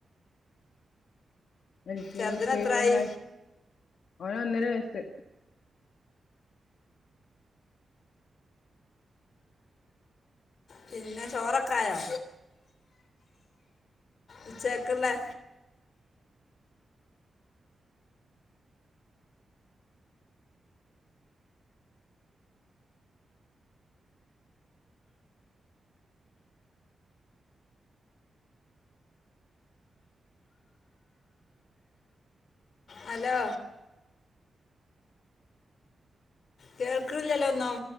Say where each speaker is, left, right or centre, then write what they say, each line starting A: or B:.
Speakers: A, on the left; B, on the left.
A: എൽ കെ
B: ചെറുതിന്
A: ജി പ്പ
B: എത്രയായി
A: യി കൊല്ലായി ഓന് ഒന്നര വയസ്സ്
B: പിന്നെ ചോറൊക്കെ ആയോ ഉച്ചക്ക്ള്ളേ ഹലോ കേൾക്കണിലല്ലോ ഒന്നും